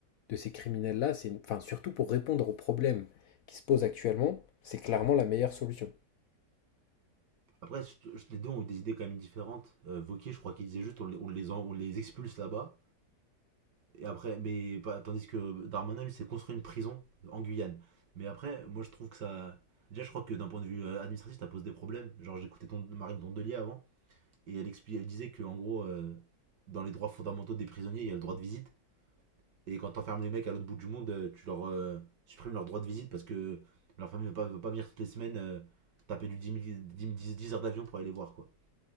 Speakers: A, on the left (about 70°); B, on the right (about 70°).
A: de ces criminels-là, c'est, une- enfin, surtout pour répondre aux problèmes qui se posent actuellement, c'est clairement la meilleure solution.
B: Après, je- je- les deux ont eu des idées quand même différentes. Euh, Wauquiez, je crois qu'il disait juste on les, on les, en- on les expulse là-bas. Et après, mais pas- tandis que Darmanin, lui, s'est construit une prison en Guyane. Mais après, moi je trouve que ça. Déjà, je crois que d'un point de vue euh, administratif, ça pose des problèmes. Genre, j'écoutais ton, Marine Tondelier avant, et elle, expli- elle disait que en gros, euh, dans les droits fondamentaux des prisonniers, il y a le droit de visite. Et quand t'enfermes les mecs à l'autre bout du monde, euh, tu leur euh, supprimes leur droit de visite parce que leur famille ne veut pas, veut pas venir toutes les semaines euh, taper du 10 000 10 heures d'avion pour aller les voir, quoi.